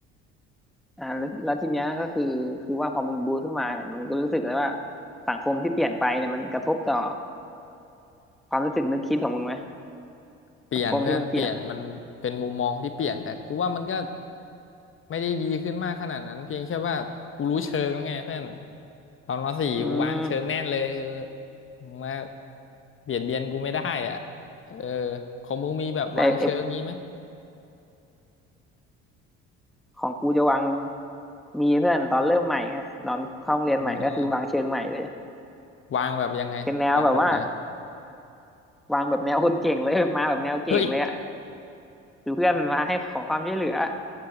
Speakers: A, in the centre; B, on the left.
A: อ่าแล้วแล้วทีเนี้ยก็คือคือว่าพอมึงบูทขึ้นมาเนี่ยมันก็รู้สึกเลยว่าสังคมที่เปลี่ยนไปเนี่ยมันกระทบต่อความรู้สึกนึกคิดของมึงไหม
B: เปลี่ยนเพื่อนเปลี่ยนมันเป็นมุมมองที่เปลี่ยนแต่กูว่ามันก็
A: สังคมที่มันเปลี่ยนอ่ะ
B: ไม่ได้ดีขึ้นมากขนาดนั้นเพียงแค่ว่ากูรู้เชิงแล้วไงเพื่อนตอนมสี่กูวางเชิงแน่นเลยคือ
A: อืม
B: มึงมาเบียดเบียนกูไม่ได้อ่ะเออของมึงมีแบบวางเชิงงี้ไหม
A: แต่ไอ ของกูจะวางมีเพื่อนตอนเริ่มใหม่ไงตอนเข้าโรงเรียนใหม่ก็คือวางเชิงใหม่เลย
B: เออวางแบบยังไงวางแบบไหน
A: เป็นแนวแบบว่าวางแบบแนวคนเก่งเลยมาแบบแนวเก่งเลยอ่ะ
B: เฮ้ย
A: คือเพื่อนมาให้ขอความช่วยเหลือ